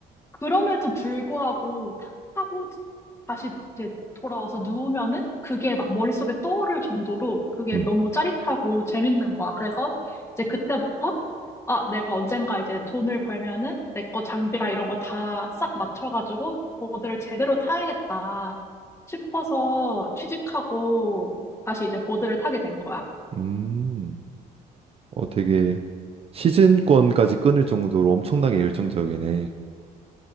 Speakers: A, on the left; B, on the right.
A: 그럼에도 불구하고 타- 타고 다시 이제 돌아와서 누우면은 그게 막 머릿속에 떠오를 정도로 그게
B: 음,
A: 너무 짜릿하고 재밌는 거야. 그래서 이제 그때부터 아, 내가 언젠가 이제 돈을 벌면은 내 거 장비랑 이런 거 다 싹 맞춰가지고 보드를 제대로 타야겠다 싶어서 취직하고 다시 이제 보드를 타게 된 거야.
B: 음. 어, 되게 시즌권까지 끊을 정도로 엄청나게 열정적이네.